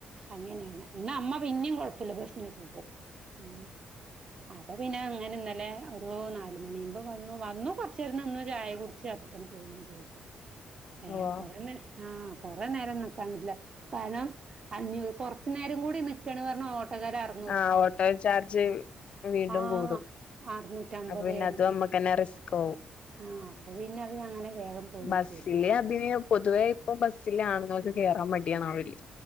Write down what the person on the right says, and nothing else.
അങ്ങനേണ് എന്നാ അമ്മ പിന്നിം കൊഴപ്പല്ല ബസ്സിന് പോകും ഉം അപ്പ പിന്നെ അങ്ങനെ ഇന്നലെ ഒരു നാല് മണിയാവുമ്പോ വന്നു വന്നു കൊറച്ചേരം നിന്ന് ചായ കുടിച്ച് അപ്പ ത്തന്നെ പോവേം ചെയ്തു ഏഹ്
കൊറേ നേ ആഹ് കൊറേ നേരം നിക്കാൻ പറ്റില്ല കാരണം അഞ്ഞൂ കൊറ്ച്ച് നേരം കൂടി നിക്കാണ് പറഞ്ഞാ ഓട്ടക്കാരൻ അറ്
ആഹ്
അറുന്നൂറ്റമ്പത്
ആഹ് അപ്പൊ പിന്നെ അവര് അങ്ങനെ വേഗം പോയി
ചെയ്തു.